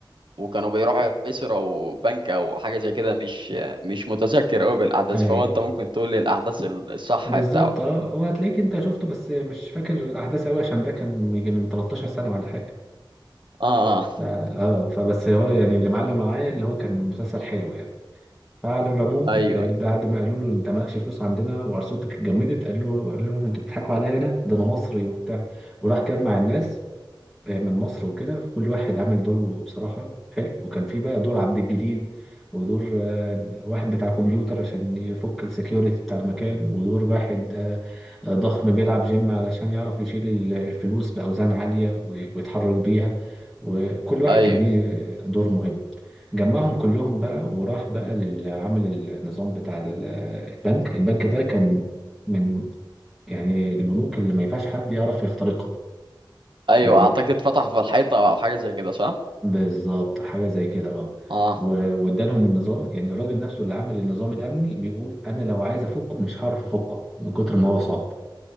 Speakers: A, on the right (about 75°); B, in the centre.
A: وكانوا بيروحوا يسرقوا او بنك او حاجة زي كده مش مش متذكر قوي بالاحداث
B: ايوه
A: فهو انت ممكن تقول لي الاحداث الصح
B: بالظبط
A: بتاعه
B: اه هو هتلاقيك انت شفته بس مش فاكر الاحداث قوي عشان ده كان يجي من 13 سنة ولا حاجة
A: اه آه.
B: ف- اه فبس هو يعني اللي معلم معايا اللي هو كان مسلسل حلو يعني فعلى العموم
A: ايوه
B: آه، بعد ما قالوا له انت مالكش فلوس عندنا وارصدتك اتجمدت قال له قالوا لهم انتوا بتضحكوا عليا انا ده انا مصري وبتاع وراح جمع الناس آه، من مصر وكده في كل واحد عامل دوره بصراحة حلو وكان في بقى دور عبد الجليل ودور آه، واحد بتاع كمبيوتر عشان يفك السكيورتي بتاع المكان ودور واحد آه، آه، ضخم بيلعب جيم علشان يعرف يشيل الفلوس بأوزان عالية و- ويتحرك بيها وكل واحد
A: ايوه
B: كان ليه دور مهم جمعهم كلهم بقى وراح بقى للعمل النظام بتاع ال- البنك البنك ده كان من يعني البنوك اللي ما ينفعش حد يعرف يخترقها
A: ايوه
B: يعني
A: اعتقد فتح في الحيطه او حاجه زي كده صح
B: بالظبط حاجه زي كده اه
A: اه
B: و- وادالهم النظام يعني الراجل نفسه اللي عمل النظام الامني بيقول انا لو عايز افكه مش هعرف افكه من كتر ما هو صعب